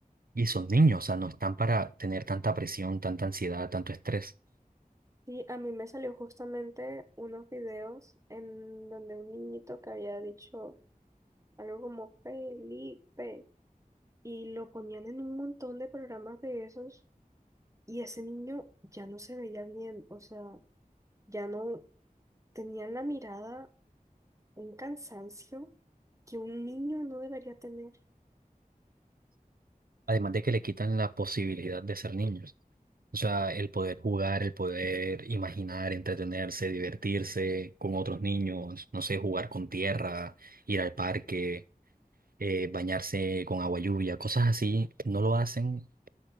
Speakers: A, on the right; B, on the right.
A: Y son niños, o sea, no están para tener tanta presión, tanta ansiedad, tanto estrés.
B: Sí, a mí me salió justamente unos videos en donde un niñito que había dicho algo como Felipe y lo ponían en un montón de programas de esos y ese niño ya no se veía bien, o sea, ya no tenía en la mirada un cansancio que un niño no debería tener.
A: Además de que le quitan la posibilidad de ser niños. O sea, el poder jugar, el poder imaginar, entretenerse, divertirse con otros niños, no sé, jugar con tierra, ir al parque, eh, bañarse con agua lluvia, cosas así, no lo hacen